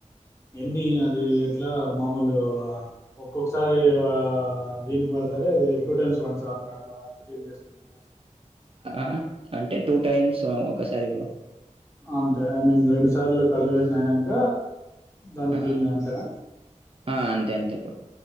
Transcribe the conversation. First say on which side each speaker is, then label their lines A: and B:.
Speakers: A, on the left; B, on the right.
A: ఎన్ని అది ఎట్లా మామూలు ఒక్కొక్కసారి దీనికి వాడతారా అది టూ టైమ్స్, వన్స్ అట్లా అట్లా క్లీనింగ్ చేసుకుంటూ
B: ఆ అంటే టూ టైమ్స్ ఒకసారి బ్రో
A: అంతే ఐ మీన్ రెండు సార్లు కల్టివేషన్ అయినంక దాన్ని
B: ఆ
A: క్లీన్ అంతేనా?
B: ఆ అంతే అంతే బ్రో